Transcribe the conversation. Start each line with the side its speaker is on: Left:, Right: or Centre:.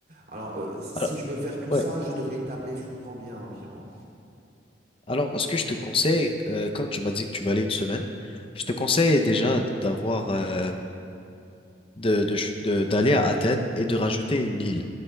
Right: Alors, euh, si
Left: Alors,
Right: je veux faire tout
Left: Ouais.
Right: ça, je devrais tabler sur combien environ?
Left: alors, ce que je te conseille, euh, comme tu m'as dit que tu vas aller une semaine, je te conseille déjà d'avoir euh, de, de ch- de- d'aller à Athènes et de rajouter une île.